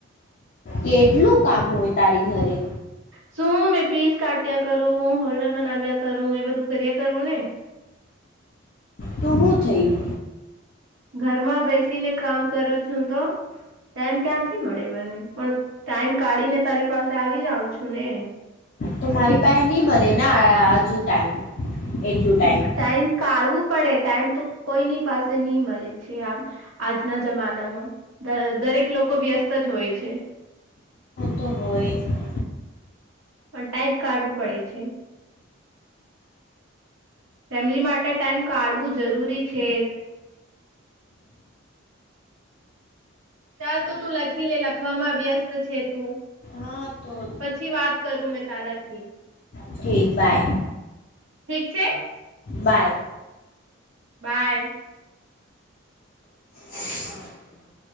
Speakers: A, on the left (about 45°); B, on the right (about 85°).
A: કેટલું કામ હોય તારી ઘરે
B: શું મેં પીસ કાટ્યા કરું હોલ્ડર બનાવ્યા કરું એ બધું કર્યા કરું ને
A: તોવું થઈ
B: ઘરમાં બેસીને કામ કરું છ હું તો ટાઈમ ક્યાંથી મળે મને પણ ટાઈમ કાઢી ને તારી પાસે આવી જાાવં છું ને.
A: તો મારી પાસે નહીં મળે હજુ ટાઈમ એટલું ટાઈમ
B: ટાઈમ કાઢવું પડે ટાઈમ તો કોઈની પાસે નહી મળે છે આમ આજના જમાનામાં દરેક લોકો વ્યસ્ત જ હોય છે.
A: સમય
B: પણ ટાઈપ કાઢવું પડે છે. ફેમિલી માટે ટાઈમ કાઢવું જરૂરી છે. ચાલ તો તું લખી લે લખવામાં વ્યસ્ત છે તું
A: હા તો
B: પછી વાત કરું મે તારા થી
A: ઠી બાય
B: ઠીક છે
A: બાય
B: બાય
A: <inaudible>